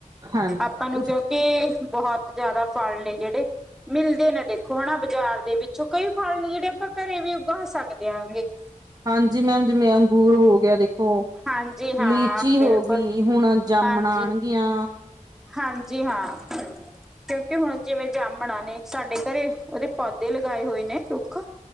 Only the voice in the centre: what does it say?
ਆਪਾਂ ਨੂੰ
ਕਿਉਂਕਿ ਬਹੁਤ ਜ਼ਿਆਦਾ ਫਲ ਨੇ ਜਿਹੜੇ ਮਿਲਦੇ ਨੇ ਦੇਖ ਓਨਾ ਬਾਜ਼ਾਰ ਦੇ ਵਿੱਚੋਂ ਕੋਈ ਫਲ ਨੀ ਦੇਖੋ ਘਰੇ ਵੀ ਉਗੋ ਹਸਾਂਗੇ। <unintelligible>
ਹਾਂਜੀ ਹਾਂ
ਬਿਲਕੁਲ
ਹਾਂਜੀ
ਹਾਂਜੀ ਹਾਂ ਕਿਉਂਕਿ ਹੁਣ ਜਿਵੇਂ ਜਾਮ ਬਣਾ ਨੇ ਸਾਡੇ ਘਰੇ ਉਹਦੇ ਪੌਦੇ ਲਗਾਏ ਹੋਏ ਨੇ ਰੁੱਖ